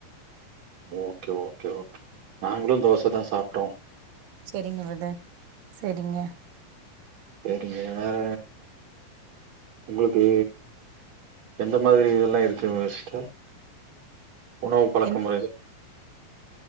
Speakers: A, on the right; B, on the right.
A: ஓகே ஓகே ஓகே நாங்களு தோச தா சாப்ட்டோ
B: சரிங்க ப்ரதர் சரிங்க
A: சரிங்க வேற உங்களுக்கு எந்த மாரி இதெல்லா இருக்கு ஃபஸ்ட்டு உணவு பழக்க
B: என்
A: முறைகள்